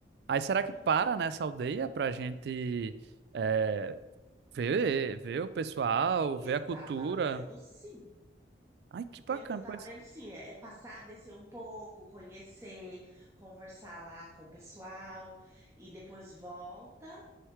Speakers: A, on the right; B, on the right.
A: Aí será
B: Sim.
A: que para nessa aldeia pra gente. eh, Vê, vê o pessoal,
B: Pelo que
A: vê
B: eu
A: a cultura.
B: tava lendo, sim.
A: Ai, que bacana,
B: Pelo que eu tava
A: pois.
B: lendo, sim. É, é passar, descer um pouco, conhecer, conversar lá com o pessoal, e depois volta,